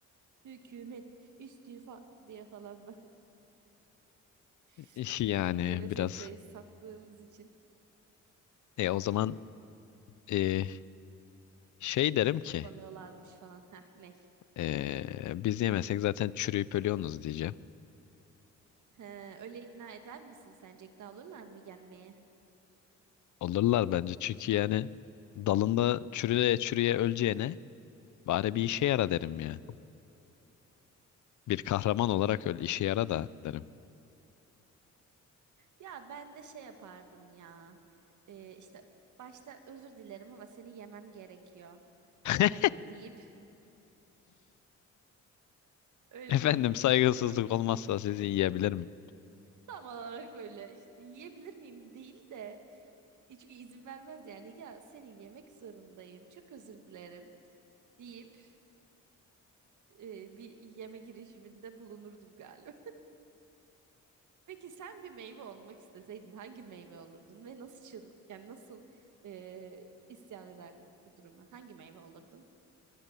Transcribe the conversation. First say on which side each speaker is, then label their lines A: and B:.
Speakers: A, on the right; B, on the left.
A: Hükümet istifa diye falan böyle <laughs>
B: <laughs> yani
A: meyve
B: biraz
A: sebzeyi sattığımız için
B: e o zaman e, şey derim
A: tutuklanıyorlarmış
B: ki
A: falan. Heh ne?
B: e, biz yemesek zaten çürüyüp ölüyorsunuz diyeceğim.
A: He, öyle ikna eder misin sence? İkna olurlar mı yenmeye?
B: Olurlar bence çünkü yani dalında çürüye çürüye öleceğine bari
A: Hmm.
B: bir işe yara derim ya. Bir kahraman olarak öl işe yara da derim.
A: Ya ben de şey yapardım ya. Ee, işte başta özür dilerim ama seni yemem gerekiyor.
B: <laughs>
A: Hani deyip öyle
B: Efendim
A: bir
B: saygısızlık
A: durum
B: olmazsa sizi yiyebilirim.
A: tam olarak öyle işte yiyebilir miyim değil de çünkü izin vermez yani ya seni yemek zorundayım çok özür dilerim deyip e, bir yeme girişiminde bulunurdum galiba. <laughs> Peki sen bir meyve olmak isteseydin hangi meyve olurdun ve nasıl çığlık yani nasıl e, isyan ederdin bu duruma? Hangi meyve olurdun?